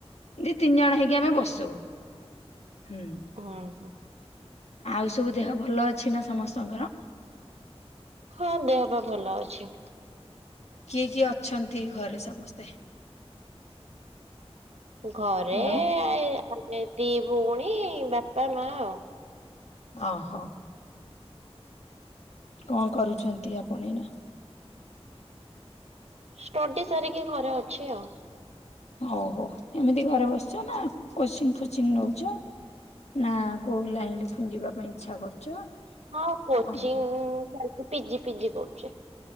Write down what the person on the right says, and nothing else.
ଓଁ ହୋ।
ହଁ ଦେହ ପା ଭଲ ଅଛି।
ଘରେ
ଆମେ ଦି ଭଉଣୀ ବାପା ମା ଆଉ।
ଷ୍ଟଡି ସାରିକି ଘରେ ଅଛି ଆଉ।
ହଁ କୋଚିଂ
ଚାଲିଛି ପି ଜି ପି ଜି କରୁଛି।